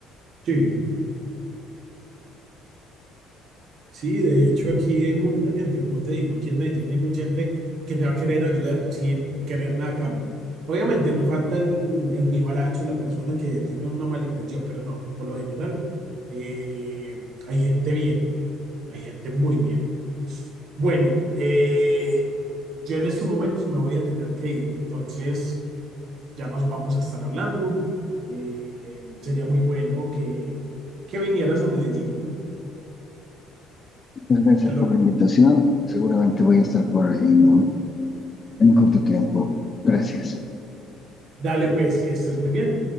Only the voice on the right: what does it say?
Sí, Sí, de hecho aquí hay mucha gente, como te digo, aquí en Medellín hay mucha gente que te va a querer ayudar sin querer nada a cambio. Obviamente no falta el, el vivaracho, la persona que tenga una mala intención, pero no, por lo general eh, hay gente bien, hay gente muy bien. Bueno, eh, yo en estos momentos me voy a tener que ir, entonces ya nos vamos a estar hablando. Eh, sería muy bueno que, que vinieras a Medellín.
Te lo-
Dale pues, que estés muy bien.